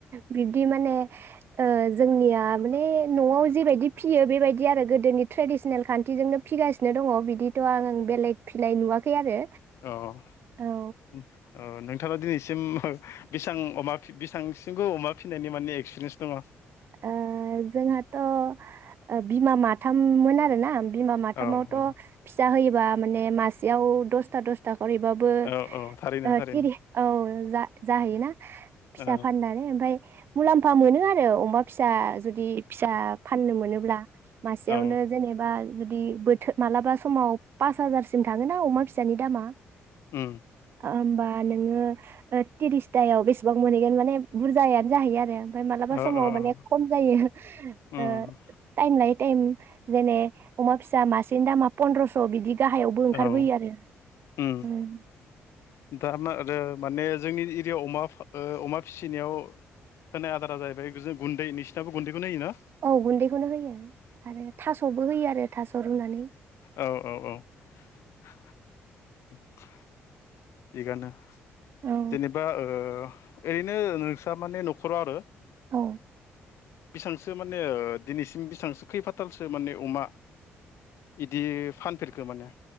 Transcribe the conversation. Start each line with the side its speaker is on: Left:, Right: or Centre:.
Right: बिब्दि माने ओ जोंनिया माने न'आव जेबायदि फियो बेबायदि आरो गोदोनि ट्रेडिसनेल खान्थिजोंनो फिगासिनो दङ बिदिथ' आं बेलेग फिनाय नुवाखै आरो।
Left: अ
Right: औ
Left: ओ नोंथाङा दिनैसिम बेबां बेसेबांसिमखौ अमा फिनायनि माने एक्सपिरिेन्स दङ?
Right: ओ जोंहाथ' ओ बिमा माथाममोन आरो ना बिमा माथामावथ'
Left: औ
Right: फिसा होयो बा माने मासेयाव दसथा दसथा करैबाबो
Left: औ औ थारैनो
Right: ओ
Left: थारैनो
Right: थिरि औ जा जाहैयोना फिसा
Left: औ
Right: फाननानै ओमफ्राय मुलाम फा मोनो आरो अमा फिसा जुदि फिसा फाननो मोनोब्ला मासेयावनो
Left: औ
Right: जेनेबा जुदि बोथोर मालाबा समाव पास हाजारसिम थाङोन ना अमा फिसानि दामा
Left: उम
Right: होमबा नोङो त्रिसतायाव बेसेबां मोनहैगोन माने बुरजायानो जाहैयो आरो ओमफ्राय मालाबा
Left: औ
Right: समाव
Left: औ
Right: माने
Left: औ
Right: खम ए ओ
Left: उम
Right: टाइम लायो टाइम जेने अमा फिसा मासे सिनि दामा पन्द्रस' बिदि गाहायावबो ओंखारबोयो
Left: औ ओम
Right: आरो उम
Left: दानो आरो माने जोंनि एरियायाव अमा फा ओ अमा फिसिनायाव होनाय आदारा जाहैबाय गुन्दै नोंसिनाबो गुन्दैखौनो होयो ना?
Right: औ गुन्दैखौनो होयो आरो थास'बो होयो आरो थास' रुनानै
Left: औ औ औ <unintelligible> थिगानो
Right: औ
Left: जेनेबा ओ ओरैनो नोंस्रा माने न'खराव आरो
Right: औ
Left: बेसांसो माने दिनैसिम बेसेबांसो खैफाथालसो माने अमा इदि फानफेरखो माने